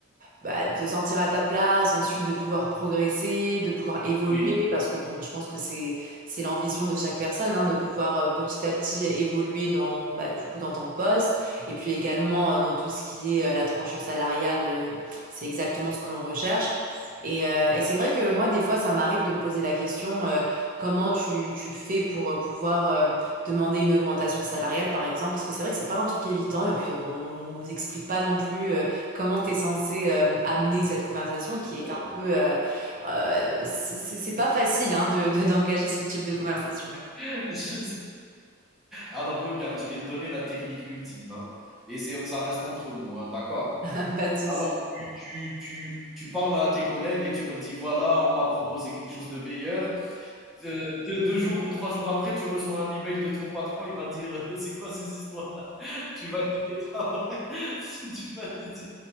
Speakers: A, on the right; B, in the centre.
A: bah, de te sentir à ta place, ensuite de pouvoir progresser, de pouvoir évoluer,
B: oui,
A: parce que bon, je pense que c'est c'est l'ambition de chaque personne, hein, de pouvoir euh, petit à petit évoluer dans bah, du coup dans ton poste, et puis également euh, dans tout ce qui est euh, la tranche salariale, euh, c'est exactement ce que l'on recherche. Et, euh, et c'est vrai que moi, des fois, ça m'arrive de me poser la question, euh, comment tu, tu fais pour euh, pouvoir euh, demander une augmentation salariale, par exemple, parce que c'est vrai que c'est pas un truc évident et puis on, on nous explique pas non plus. euh, Comment t'es censé euh, amener cette conversation
B: c'est
A: qui
B: vrai.
A: est un peu... euh, euh, c'est c'est- c'est pas facile hein, de, de- d'engager ce type de conversation.
B: <laughs> Je sais, Alors, regarde, je vais te donner la technique ultime, hein. et c'est, ça reste entre nous, hein, d'accord?
A: <laughs> Pas de souci.
B: Alors, tu, tu, tu, tu parles à tes collègues et tu leur dis, voilà, on m'a proposé quelque chose de meilleur. De deux deux jours ou 3 jours après, tu reçois un email de ton patron, il va te dire, heu: «C'est quoi ces histoires? <laughs> Tu vas quitter le travail?» <laughs> tu vas lui dire